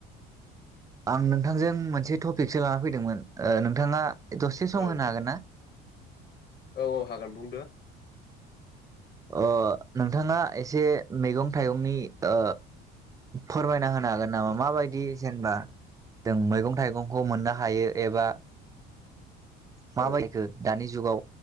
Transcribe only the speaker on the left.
औ
औ औ हागोन बुंदो
औ